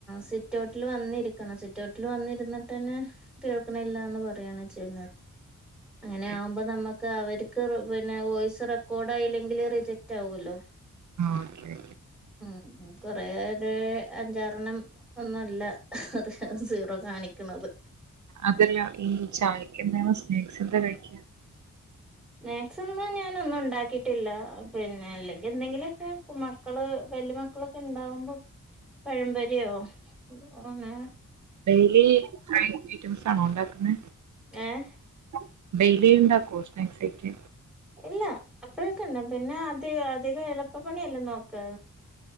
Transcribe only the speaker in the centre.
സിറ്റോട്ടിൽ വന്നിരിക്കണം സിറ്റോട്ട വ വന്നിരുന്നിട്ട് തന്നെ കേൾക്കണില്ലന്ന് പറയാണ് ചെയ അങ്ങനെ
ആകുമ്പോ നമ്മുക്ക് അവർക്ക് പിന്നെ വോയിസ് റെക്കോർഡ് ല്ലെങ്കിൽ റിജക്റ്റ് ആവല്ലോ
ഉ കൊറേ അഞ്ചാറെണ്ണം ഒന്നല്ല അത സീറോ കാണിക്കണത്
മാക്സിമം ഞാൻഒന്നും ഉണ്ടാക്കിട്ടില്ല പിന്നെ അല്ലെങ്കിൽ എന്തെങ്കിലുമൊക്കെ മക്കള് വല്യ മക്കളൊക്കെ ഇണ്ടാവുമ്പോ പഴമ്പോരിയോ ഒന്ന്
ഏഹ്
ഇല്ല അപ്പഴൊക്കെഇണ്ടാക്കും പിന്നെ അധിക അധികം എളുപ്പപ്പണിയെല്ലും നോക്ക